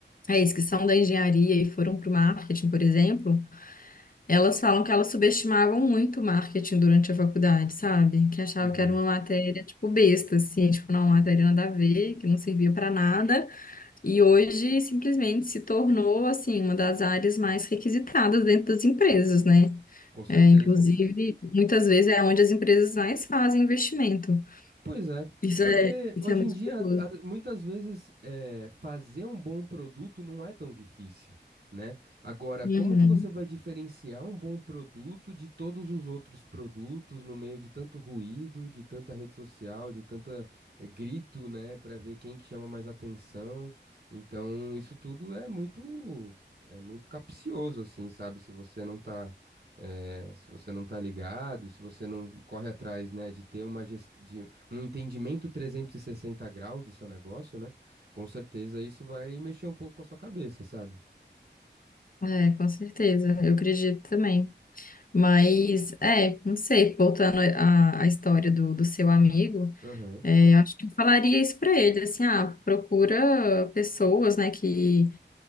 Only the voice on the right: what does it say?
Uhum.
Sim,
com certeza.
Pois é,
porque
hoje
em dia,
a- muitas vezes, eh, fazer um bom produto não é tão difícil, né? Agora,
como que você vai diferenciar um bom produto de todos os outros produtos no meio de tanto ruído, de tanta rede social, de tanta, eh, grito, né, para ver quem que chama mais atenção? Então, isso tudo é muito, é muito capcioso, assim, sabe? Se você não tá eh, se você não tá ligado, e se você não corre atrás, né, de ter uma gestão, um entendimento 360 graus do seu negócio, né? Com certeza isso vai mexer um pouco com a sua cabeça, sabe?
Aham.